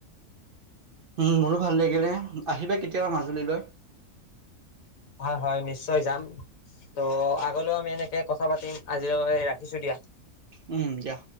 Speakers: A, on the right; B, on the left.
A: উ মোৰো ভাল লাগিলে, আহিবা কেতিয়াবা মাজুলীলৈ।
B: হয়, হয় নিশ্চয় যাম। ত' আগলৈও আমি এনেকে কথা পাতিম আজিলৈ ৰাখিছো দিয়া।
A: উম দিয়া।